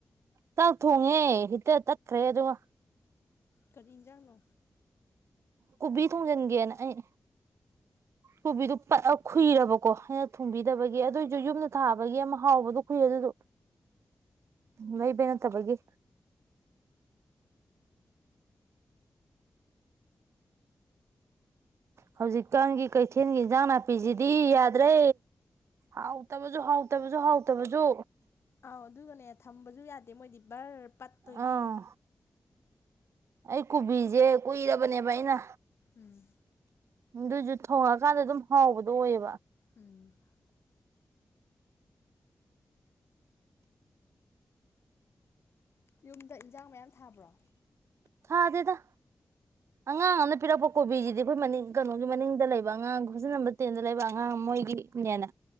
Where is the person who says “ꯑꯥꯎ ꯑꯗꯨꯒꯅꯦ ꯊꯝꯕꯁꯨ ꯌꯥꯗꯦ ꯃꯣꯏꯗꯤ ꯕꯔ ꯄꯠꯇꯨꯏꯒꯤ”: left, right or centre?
Left